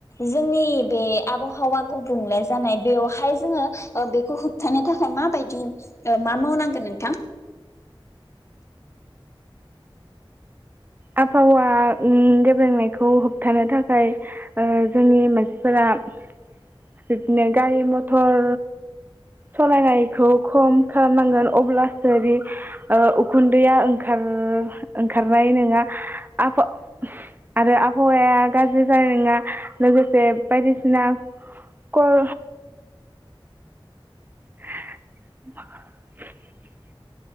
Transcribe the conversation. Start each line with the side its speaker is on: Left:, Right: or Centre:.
Left: जोंनि बे आबहावा गुबुंले जानाय बेवहाय जोङो ओ बेखौ होबथानो थाखाय माबायदि ओ मा मावनांगोन नोंथां?
Right: आबहावा उम गेब्रेंनायखौ होबथानो थाखाय ओ जोंनि मानसिफोरा बिदिनो गारि मथर सलायनायखौ खम खालामनांगोन अब्लासो जि ओ उखुन्दैया ओंखार ओंखारनाय नोङा। आफा आरो आबहावाया गाज्रि जानाय नोङा लोगोसे बायदिसिना कर <inaudible>